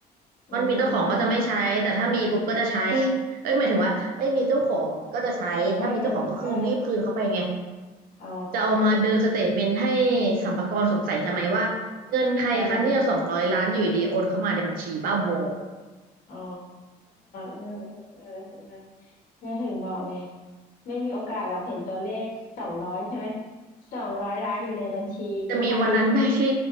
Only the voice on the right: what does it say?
มันมีเจ้าของก็จะไม่ใช้แต่ถ้ามีปุ๊บก็จะใช้
เอ้ยหมายถึงว่าไม่มีเจ้าของก็จะใช้ถ้ามีเจ้าของก็คืนรีบคืนเขาไปไง
จะเอามาเดินสเตทเมนต์ให้สรรพากรสงสัยทำไมว่าเงินใครคะเนี่ยสองร้อยล้านอยู่ดีโอนเข้ามาในบัญชีบ้าบอ
จะมีวันนั้นไหมที่